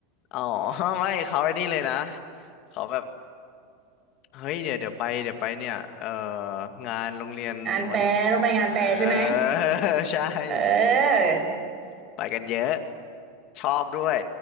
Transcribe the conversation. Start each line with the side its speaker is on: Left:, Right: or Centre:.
Left: อ๋อ <laughs> ไม่เขาไอ้นี่เลยนะเขาแบบเฮ้ยเดี๋ยวเดี๋ยวไปเดี๋ยวไปเนี่ยเอองานโรงเรียนวัฒ
Right: งานแฟร์ต้องไปงานแฟร์ใช่ไหม
Left: เออ <laughs> ใช่
Right: เออ
Left: โหไปกันเยอะ ชอบด้วย